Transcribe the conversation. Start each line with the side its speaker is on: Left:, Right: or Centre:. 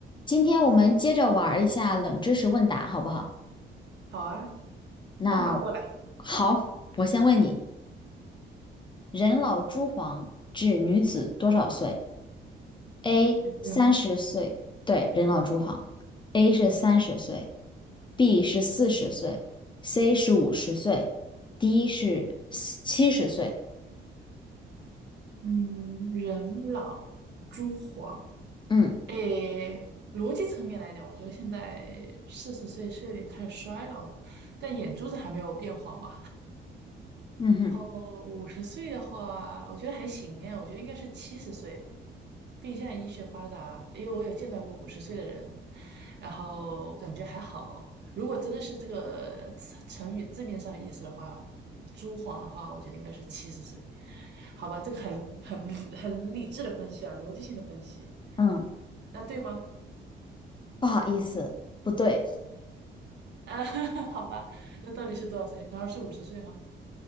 Left: 今天我们接着玩儿一下冷知识问答，好不好？
Right: 好啊，
Left: 那
Right: 跳马过来。
Left: 好，我先问你：人老珠黄指女子多少岁？A
Right: 人，
Left: 三十岁，对，人老珠黄，A 是三十岁，B 是四十岁，C 是五十岁，D 是七十岁。
Right: 嗯，人老珠黄。
Left: 嗯
Right: 诶，逻辑层面来讲，我觉得现在四十岁是有点开始衰老了，但眼珠子还没有变黄吧？
Left: 嗯哼
Right: 哦，五十岁的话，我觉得还行哎，我觉得应该是七十岁，毕竟现在医学发达，因为我有见到过五十岁的人，然后感觉还好。如果真的是这个成语字面上的意思的话，朱晃的话，我觉得应该是七十岁，好吧，这个很很很理智的分析啊，逻辑性的分析，
Left: 嗯，
Right: 那对吗？
Left: 不好意思，不对，
Right: 啊，<laughs> 好吧，那到底是多少岁？难道是五十岁吗？